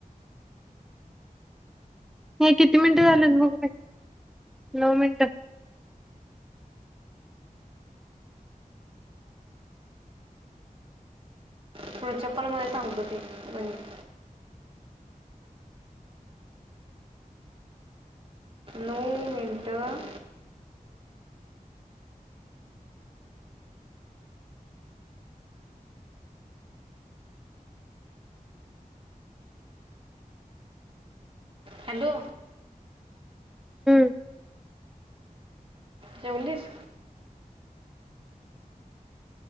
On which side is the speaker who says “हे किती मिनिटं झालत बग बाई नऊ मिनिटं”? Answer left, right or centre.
Centre